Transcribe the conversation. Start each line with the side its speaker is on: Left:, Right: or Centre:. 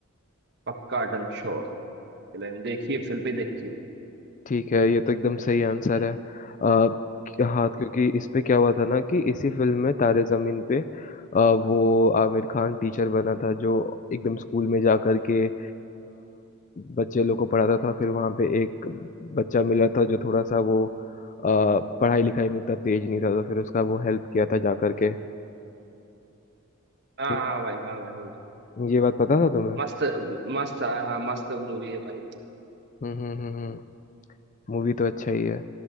Right: पक्का डन श्योर फिल्म देखिए फिल्म भी देखिए भाई
Left: ठीक है ये तो एकदम सही आंसर है आ, हाँ क्योंकि इस पे क्या हुआ था ना कि इसी फिल्म में तारे जमीन पे अ, वो आमिर खान टीचर बना था जो एकदम स्कूल में जा कर के अ, बच्चे लोग को पढ़ाता था फिर वहाँ पे एक बच्चा मिला था जो थोड़ा सा वो अ, पढ़ाई लिखाई में उतना तेज नहीं था तो फिर उसका वो हेल्प किया था जा करके
Right: हाँ
Left: ये
Right: हाँ भाई हाँ भाई
Left: ये बात पता था तुम्हें
Right: मस्त मस्त हाँ हाँ, मस्त मूवी है भाई
Left: हम्म हम्म हम्म मूवी तो अच्छा ही है